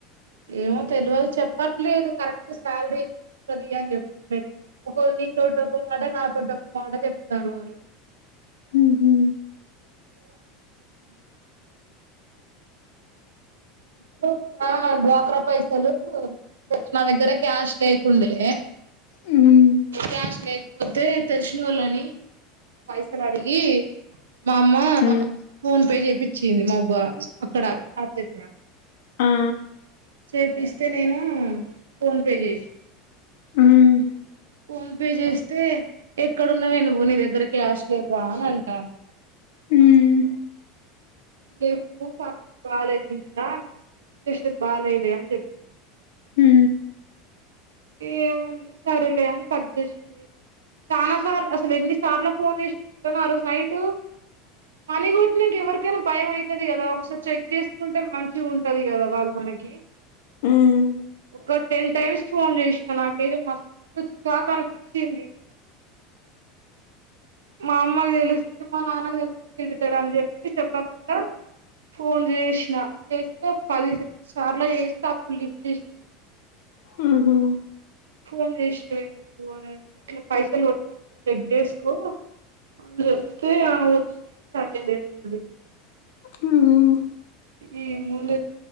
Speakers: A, on the right (about 80°); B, on the left (about 75°).
A: ఏమో తెల్వదు చెప్పట్లేదు కరెక్ట్ శాలరీ ఎంత వస్తుంది అని చెప్పట్లేదు, ఒకల్ నీ తోటి ఒక మాట, నా తోటి ఒక మాట చెప్తార్రూ వాళ్ళు.
B: ఉహు
A: అప్పుడు మల్లా డ్వాక్రా పైసలు పెట్టి నా దగ్గర క్యాష్ లేకుండే,
B: హ్మ్
A: క్యాష్ లేకపోతే తెలిసినోళ్ళని పైసలు అడిగి మామ్మ
B: హ్మ్
A: ఫోన్పే చెపి చేపిచ్చింది మౌబ్బా, అక్కడ షాప్ దగ్గర
B: ఆ
A: చేపిస్తే నేను ఫోన్ పే చేసినా
B: హ్మ్
A: ఫోన్ పే చేస్తే ఎక్కడున్నవే నువ్వు నీ దగ్గర క్యాష్ లెవ్వా అని అంటాంది.
B: మ్మ్
A: లెవ్వు పరిస్థితి బాలేదే ఇంట్లా సిచ్యుయేషన్ బాలేదే అని చెప్పినిగ.
B: మ్హు
A: ఏమో ఇగ సరేలే అని కట్ చేసింది. చానా సార్ అసల్ ఎన్ని సార్ల ఫోన్ చేసిననుకుంటున్నవ్ ఆ రోజు నైట్ మనీ కొట్టినంక ఎవరికైనా భయం ఐతది కదా, ఒకసారి చెక్ చేసుకుంటే మంచిగుంటది కదా వాళ్ళు మనకి.
B: మ్మ్
A: ఒక టెన్ టైమ్స్ ఫోన్ చేసిన నాకైతే మస్తు చికాకు అనిపిచ్చింది. మా అమ్మకి తెలిస్తే, మా నాన్నకు తెలుస్తే తిడతడు అని చెప్పి చెప్పకుండా ఫోన్ చేసిన, చేస్తే ఒక పది సార్ల చేస్తే అప్పుడు లిఫ్ట్ చేసింది.
B: ఉమ్ హూ
A: ఫోన్ చేసినవ్ ఎందుకు అని అంటే, ఇట్ల పైసలు కొట్టినా ఒకసారి చెక్ చేసుకో అని చెప్తే ఆ వచ్చినయ్ సరేలే అన్నది.
B: మ్మ్
A: ఈ మూల